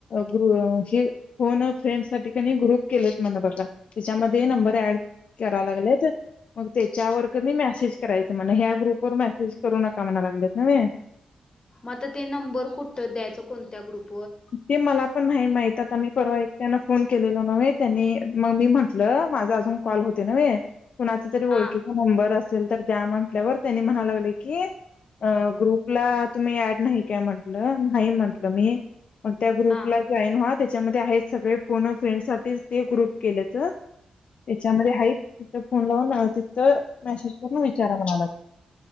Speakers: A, on the left (about 60°); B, on the left (about 35°).
A: ग्रु हे फोन अ फ्रेंड साठी कणी ग्रुप केलेत म्हण बघा तेच्यामधी नंबर अँड करायलागलेत मग तेच्यावर कणी मेसेज करायचं म्हण ह्या ग्रुपवर मेसेज करु नका म्हणालागलेत न्हवे
B: मता ते नंबर कुठं द्यायचं कोणत्या ग्रुप
A: ते मला पण नाही माहित आता मी परवा एक त्यांना फोन केलेलो नव्हे त्यांनी मग मी म्हटलं माझा अजून कॉल होते नव्हे कुणाचा तरी ओळखीचा
B: हा
A: नंबर अस असल तर द्या म्हटल्यावर त्यांनी म्हणा लागले की ग्रुपला तुम्ही ऍड नाही काय म्हटलं नाही म्हंटलं मी मग त्या ग्रुपला
B: हा
A: जॉईन होत त्याच्यामध्ये आहेत सगळे फोन फ्रेंड साठीच ते ग्रुप केलं तर त्याच्यामध्ये आहे त फोन लावून तिथं मेसेज करून विचारा म्हणाला